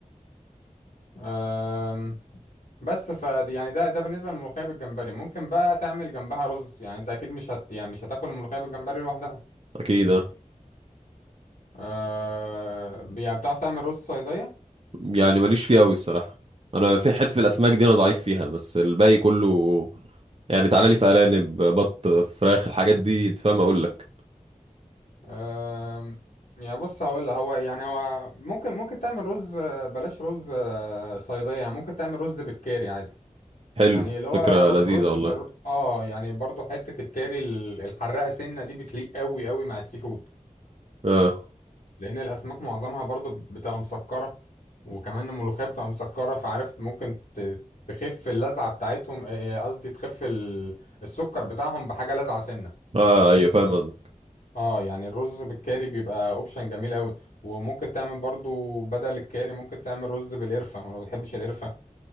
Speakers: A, on the left (about 85°); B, on the right (about 45°).
A: أم بس ف يعني ده ده بالنسبة للملوخية بالجمبري ممكن بقى تعمل جنبها رز يعني انت اكيد مش هت يعني مش هتاكل الملوخية بالجمبري لوحدها
B: اكيد اه
A: آه يعني بتعرف تعمل رز صيدية
B: يعني ماليش فيه قوي الصراحه انا في حته الاسماك دي انا ضعيف فيها بس الباقي كله يعني تعالى لي في ارانب بط فراخ الحاجات دي انت فاهم اقول لك
A: آه يعني بص هقول لك هو يعني هو ممكن ممكن تعمل رز آه، بلاش رز آه، صيدية يعني ممكن تعمل رز بالكاري عادي
B: حلو
A: يعني اللي هو
B: فكره
A: الر-
B: لذيذه
A: الرز
B: والله
A: الر- اه يعني برضو حتة الكاري ال- الحراقة سنة دي بتليق قوي قوي مع السي فود
B: اه
A: لأن الأسماك معظمها برضو بتبقى مسكرة وكمان الملوخية بتبقى مسكرة فعرفت ممكن ت- تخف اللذعة بتاعتهم آه، آه، قصدي تخف ال- السكر بتاعهم بحاجة لذعة سنة
B: اه ايوه فاهم قصدك
A: اه يعني الرز بالكاري بيبقى اوبشن جميل قوي وممكن تعمل برضو بدل الكاري ممكن تعمل رز بالقرفة وانا ما بتحبش القرفة